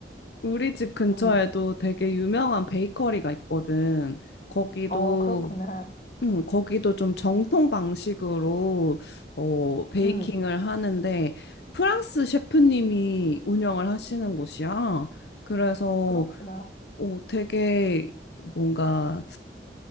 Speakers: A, on the left (about 70°); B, on the left (about 40°).
A: 우리 집 근처에도
B: 음,
A: 되게 유명한 베이커리가 있거든. 거기도,
B: 어, 그렇구나.
A: 음, 거기도 좀 정통 방식으로, 어, 베이킹을
B: 음,
A: 하는데, 프랑스 셰프님이 운영을 하시는 곳이야. 그래서,
B: 그렇구나.
A: 어, 되게 뭔가